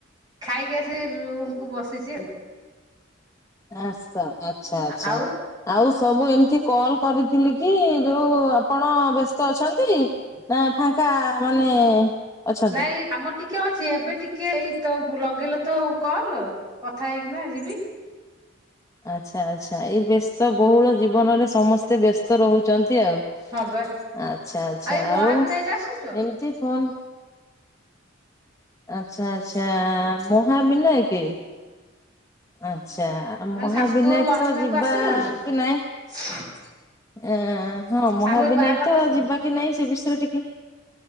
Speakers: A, on the right; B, on the left.
A: ଖାଇକି ଆସି ରୁମ କୁ ବସିଚି ଆଉ।
B: ଆସ ଆଛା ଆଛା।
A: ଆଉ
B: ଆଉ ସବୁ ଏମିତି କଲ କରିଥିଲି କି ଯୋଉ ଆପଣ ବ୍ୟସ୍ତ ଅଛନ୍ତି? ନା ଫାଙ୍କା ମାନେ ଅଛନ୍ତି।
A: ନାଇଁ। ଆମ ଟିକେ ଅଛି ଏବେ ଟିକେ ଏଇ ତ ଲଗେଇଲ ତ କଲ କଥା ହେଇକିନା ଯିବି।
B: ଆଚ୍ଛା ଆଚ୍ଛା, ଏଇ ବ୍ୟସ୍ତ ବହୁଳ ଜୀବନରେ ସମସ୍ତେ ବ୍ୟସ୍ତ ରହୁଛନ୍ତି ଆଉ।
A: ହଁ ବା
B: ଆଚ୍ଛା ଆଛା,
A: ଏ ମହାବିନାୟକ
B: ଆଉ
A: ଆସୁଛ
B: ଏମିତି ଫୋନ୍ ଆଛା ଆଚ୍ଛା, ମହାବିନାଏକେ। ଆଚ୍ଛା ମହାବିନାୟକ
A: ମାନେ ଶାଶୁଘରୁ ମହାବିନାୟକ
B: ତ ଯିବା
A: ଆସିଲଣି
B: କି ନାଇଁ
A: <unintelligible>
B: ଆ ହଁ ମହାବିନାୟକ
A: ଶାଶୁଘରୁ ବାହାହେଲା
B: ତ
A: ପରେ ଆସିନ
B: ଯିବା କି ନାଇଁ ସେ ବିଷୟରେ ଟିକେ